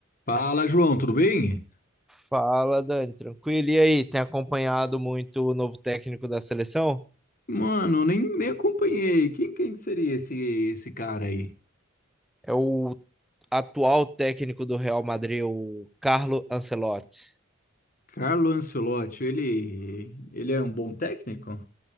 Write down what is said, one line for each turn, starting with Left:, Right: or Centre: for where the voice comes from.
Left: Fala, João, tudo bem?
Centre: Fala, Dani, tranquilo? E aí, tem acompanhado muito o novo técnico da seleção?
Left: Mano, nem, nem acompanhei. Quem, quem seria esse, esse cara aí?
Centre: É o atual técnico do Real Madrid, o Carlo Ancelotti.
Left: Carlo Ancelotti, ele, ele é um bom técnico?